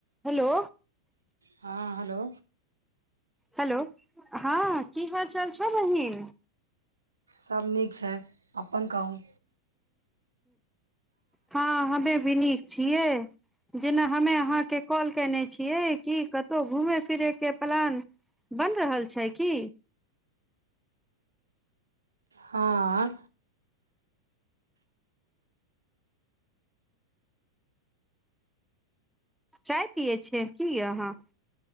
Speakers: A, in the centre; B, on the right.
A: हेलो
B: हाँ हेलो।
A: हेलो हाँ कि हाल चाल छौ बहिन।
B: सब नीक छै अपन कहूँ।
A: हाँ हमे भी नीक छियै। जेना हमे अहाँके कॉल केने छियै कि कतहुँ घुमे फिरे के प्लान बन रहल छै कि?
B: हाँ।
A: चाय पियै छियै की अहाँ।